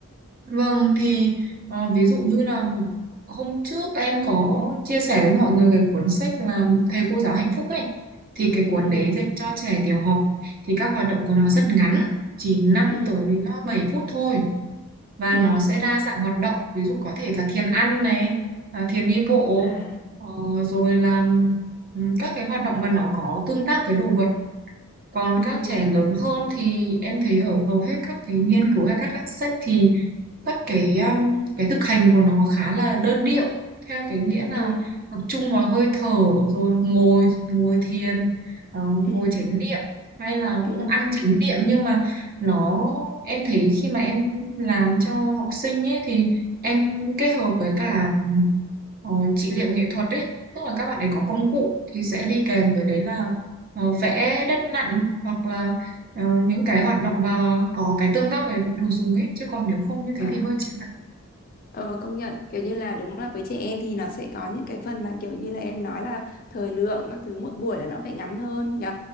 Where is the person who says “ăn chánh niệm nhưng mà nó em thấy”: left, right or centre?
Right